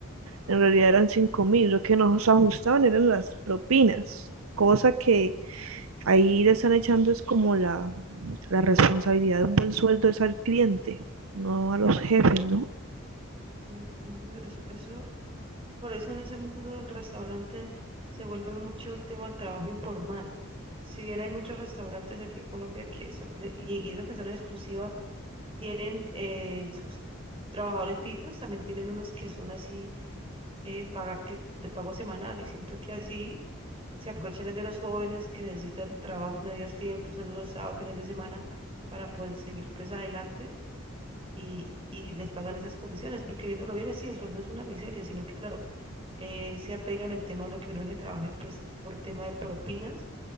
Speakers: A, on the right; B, on the right.
A: En realidad eran cinco mil, lo que nos ajustaban eran las propinas, cosa que ahí le están echando es como la, la responsabilidad de un buen sueldo es al cliente, no a los jefes, ¿no?
B: ujú, ujú, Eso, eso- por eso en ese mundo del restaurante se vuelve mucho el tema del trabajo informal. Si bien hay muchos restaurantes aquí en Colombia que, so- de- y, y eso que son exclusivas, tienen eh, sus trabajadores fijos, también tienen unos que son así, eh, paga- que te pago semanal y siento que así se aprovechan es de los jóvenes que necesitan trabajos medios tiempos, solo los sábados, fines de semana, para poder seguir pues adelante y, y les pagan esas condiciones, porque viéndolo bien, sí, el sueldo es una miseria, sino que claro, eh, se apegan el tema de lo que uno se trabaje pues por tema de propinas